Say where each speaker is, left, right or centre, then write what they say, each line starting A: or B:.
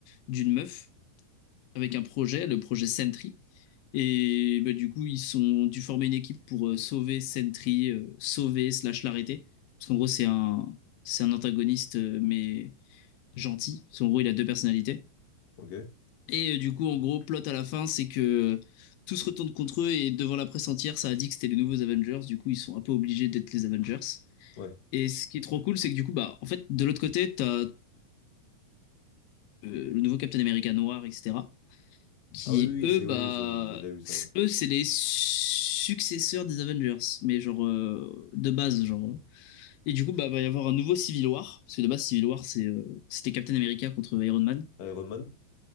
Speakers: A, on the left; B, on the left.
A: d'une meuf avec un projet, le projet Sentry. Et bah, du coup, ils sont dû former une équipe pour euh, sauver Sentry, euh, sauver slash l'arrêter. Parce qu'en gros, c'est un, c'est un antagoniste, euh, mais gentil. Parce qu'en gros, il a deux personnalités.
B: Ok.
A: Et euh, du coup, en gros, plot à la fin, c'est que euh, tout se retourne contre eux et devant la presse entière, ça a dit que c'était les nouveaux Avengers. Du coup, ils sont un peu obligés d'être les Avengers.
B: Ouais.
A: Et ce qui est trop cool, c'est que du coup, bah, en fait, de l'autre côté, t'as euh, le nouveau Captain America noir, etc. qui
B: Ah oui, oui,
A: eux,
B: c'est
A: bah,
B: oui, oui, ça, je- je- j'avais vu ça,
A: c-
B: ouais.
A: eux, c'est les successeurs des Avengers, mais genre euh, de base, genre. euh. Et du coup, bah, va y avoir un nouveau Civil War, parce que de base, Civil War, c'est, euh, c'était Captain America contre Iron Man.
B: Iron Man.